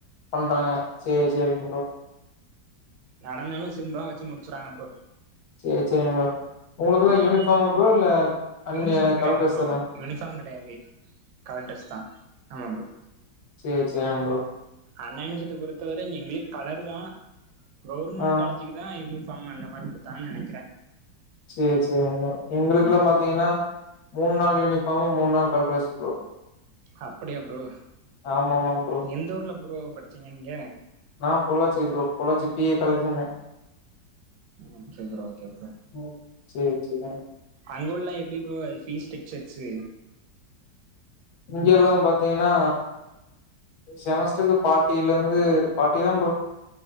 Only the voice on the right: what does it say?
நடந்தாலு சிம்முலா வச்சு முடிச்சுறாங்க ப்ரோ
ம்
யூனிஃபார்ம் கெடையாது
ப்ரோ யூனிஃபார்ம் கெடையாது கலர் டிரெஸ்தா ஆமா ப்ரோ
அண்ணா யுனிவர்சிட்டி பொறுத்தவர எங்ளுக் கலர்தா கவுர்மெண்
காலே ஜிக்குதா யூனிஃபாம் அந்த மாரி குடுத்தாங்கன் நெனைக்கிற
ப்ரோ
அப்புடியா ப்ரோ
எந்த ஊர்ல ப்ரோ படிச்சீங்க நீங்க
ஒகே ப்ரோ ஒகே ப்ரோ
அங்க உள்ளா எப்டி ப்ரோ ஃபீஸ் ஸ்டக்சர்ஸு